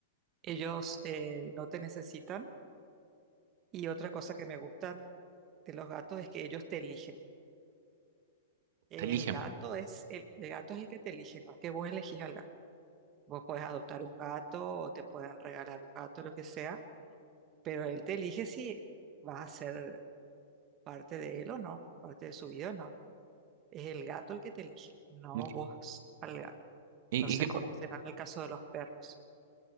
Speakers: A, on the right; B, on the right.
A: Ellos eh, no te necesitan Y otra cosa que me gusta de los gatos es que ellos te eligen. El
B: Te eligen.
A: gato es el, el gato es el que te elige, no es que vos elegís al gato. Vos podés adoptar un gato o te pueden regalar un gato, lo que sea, pero él te elige si vas a ser parte de él o no, parte de su vida o no. Es el gato el que te elige, no
B: ¿Y, qué
A: vos al gato.
B: y
A: No sé
B: qué pa-
A: cómo será en el caso de los perros.